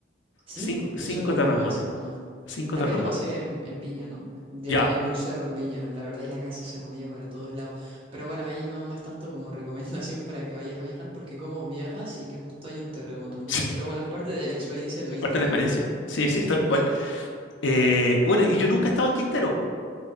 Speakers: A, on the right; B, on the left.
A: Cinco,
B: Cin-
A: yo
B: cinco
A: solo uno
B: terremotos.
A: ese nomás.
B: Cinco
A: También
B: terremotos.
A: lo pasé en, en Viña, ¿no? De-
B: Ya.
A: en, en
B: <laughs>
A: un cerro en Viña, la verdad, y la casa se movía para todos lados. Pero bueno, ahí no, no es tanto como <laughs> recomendación para que vayas a viajar, porque como viajas y que justo hay un terremoto, ¿no?
B: Sí,
A: No, Pero bueno, es parte de la experiencia turística,
B: es parte de la experiencia.
A: ¿no?
B: Sí, sí, tal cual. Eh,
A: Sí.
B: bueno, y yo nunca estaba en Quintero. pu.